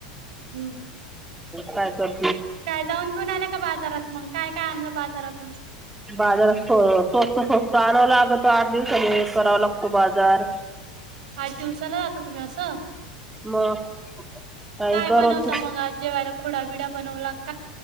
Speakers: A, on the right; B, in the centre.
A: हम्म
B: काय सर
A: काय जाऊन बिन आलं का बाजारात मग काय काय आणलं बाजारातून
B: बाजार स्वस्त स्वस्त आणावं लागतो आठ दिवसनी करावा लागतो बाजार
A: आठ दिवसाला जहातो तुम्ही असं
B: मग काही
A: काय
B: दररोज
A: बनवत मग आज जेव्हायला खुडा बिडा बनवू लागत